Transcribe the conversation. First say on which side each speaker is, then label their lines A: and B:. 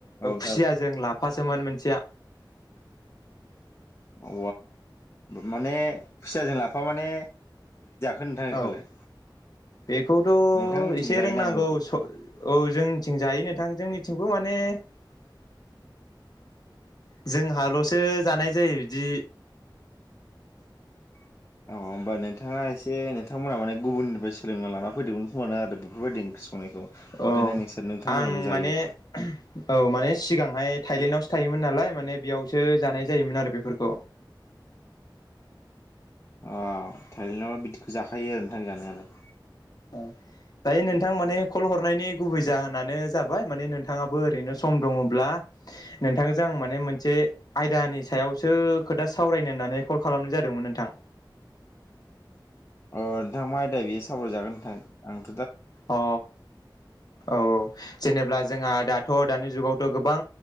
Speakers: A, on the left; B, on the left.
A: नोंथां
B: खुसिया जों लाफासोमोन मोनसेया
A: औ माने खुसियाजों लाफा माने खोन्थायाखै बेखौलाय
B: औ बेखौथ'
A: नोंथांमोनथिं
B: एसे
A: जायो
B: रोंनांगौ
A: नामा बिदि
B: औ जोंनिथिं जायो नोंथां जोंनिथिंखौ माने माने जोंहाल'सो जानाय जायो बिदि
A: <inaudible> अ होमबा नोंथाङा एसे नोंथांमोना माने गुबुननिफ्राय सोलोंना लाना फैदोंमोन खोमा ना आरो बेफोरबायदि ओंख्रि संनायखौ ओंखायनो
B: औ
A: नोंसोर नोंथांमोनाल'
B: आं माने
A: जायो
B: औ माने सिगांहाय थायलेण्डआवसो थायोमोन नालाय माने बेयावसो जानाय जायोमोन आरो बेफोरखौ
A: <inaudible> अ थायलेण्डआव बिदिखौ जाखायो आरो नोंथां जानायालाय
B: <inaudible> दायो नोंथां माने कल हरनायनि गुबै जाहोनानो जाबाय माने नोंथाङाबो ओरैनो सम दङब्ला नोंथांजों आं माने मोनसे आयदानि सायावसो खोथा सावरायनो होननानै कल खालामनाय जादों मोन नोंथां
A: <inaudible> औ नोंथां मा आयदा बेयो सावरायजागोन नोंथां ओं
B: अ औ जेनेब्ला जोंहा दाथ' दानि जुगाव गोबां